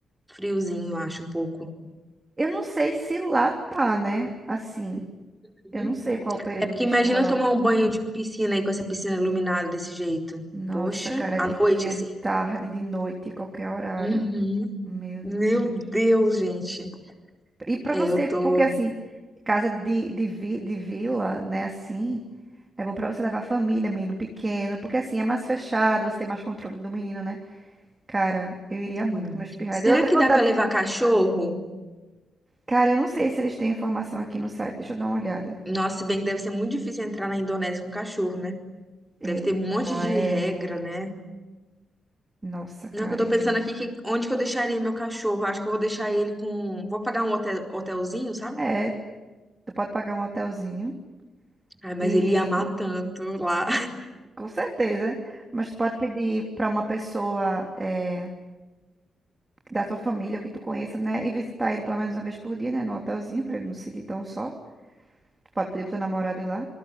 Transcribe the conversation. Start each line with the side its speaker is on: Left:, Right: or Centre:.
Centre: friozinho, eu acho, um pouco.
Right: Eu não sei se lá tá, né? Assim,
Centre: Uhum.
Right: eu não sei qual é o período
Centre: É porque
Right: de
Centre: imagina
Right: chuva lá.
Centre: eu tomar um banho de piscina aí com essa piscina iluminada desse jeito.
Right: Nossa,
Centre: Poxa,
Right: cara,
Centre: à
Right: de dia,
Centre: noite, assim.
Right: de tarde, de noite, qualquer horário.
Centre: Uhum.
Right: Meu
Centre: Meu
Right: Deus.
Centre: Deus, gente.
Right: E pra
Centre: É,
Right: você,
Centre: eu tô.
Right: porque assim, casa de, de, vi- de vila, né? Assim. É bom pra você levar a família, menino pequeno, porque assim é mais fechado, você tem mais controle do menino, né? Cara, eu iria muito
Centre: Hum.
Right: com meus pirraias.
Centre: Será
Right: Deu até
Centre: que
Right: vontade
Centre: dá pra levar
Right: de...
Centre: cachorro?
Right: Cara, eu não sei se eles têm informação aqui no site. Deixa eu dar uma olhada.
Centre: Nossa, se bem que deve ser muito difícil entrar na Indonésia com cachorro, né?
Right: Eita,
Centre: Deve ter um monte de
Right: é.
Centre: regra, né?
Right: Nossa, cara,
Centre: Não, que eu tô
Right: e
Centre: pensando
Right: aí?
Centre: aqui que onde que eu deixaria meu cachorro? Acho que eu vou deixar ele com. Vou pagar um hotel, hotelzinho, sabe?
Right: É, tu pode pagar um hotelzinho
Centre: Ai, mas
Right: e
Centre: ele ia amar tanto lá.
Right: com certeza, mas tu pode pedir pra uma pessoa é, da tua família ou que tu conheça, né? E visitar ele pelo menos uma vez por dia, né? No hotelzinho, pra ele não se sentir tão só. Pode pedir pro seu namorado ir lá.